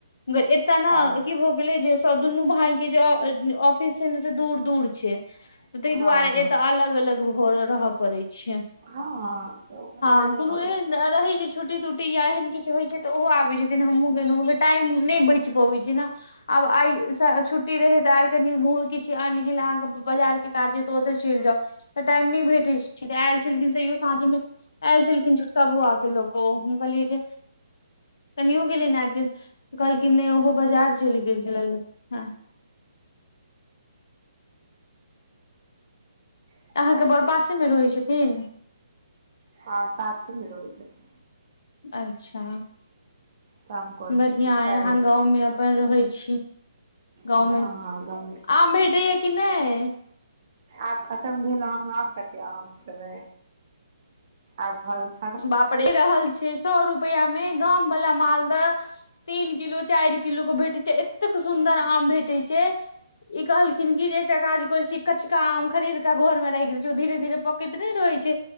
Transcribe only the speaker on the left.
मगर तेना
की भऽ गेलै जे दुनू भाई के जे ऑफिस छै ने से दूर दूर छै तै दुआरे
एत अलग अलग रहय पड़े छै।
हँ
कोनो
एहन
रहै छै छुट्टी तुट्टी या एहन किछु होइ छै तऽ ओहो आबै छथिन हमहुँ गेलहुँ मगर टाइम नहि बचि पबैत छै ने। आब आइ छुट्टी रहे तऽ आई कनी किछ आनि गेल अहाँ के बाजार के काजे। तऽ ओते चलि जाउ तऽ टाइम नहि भेटैत छै आयल छलखिन तैयो साँझ मे आयल छलखिन छोटका बौआके ल के ओ, हम कहलियै जे कनियो के नेने अबितियैन त कहलखिन नहि ओहो बाजार चलि गेल छलैथ हं
अहाँके बड़
पासे मे रहै छथिन।
अच्छा,
बढ़िया
अछि अहां गाँव में अपन रहै छी गाँव
मे,
आम भेटैये कि नहि।
बापरे द रहल छै सौ रुपैआ मे गामवला मालदह तीन किलो चारि किलो के भेटै छै एतेक सुन्दर आम भेटैत छै। ई कहलखिन कि जे एकटा काज करे छी कचका आम खरीद क घर में राखि दै छियै ओ धीरे धीरे पकैत नहि रहै छै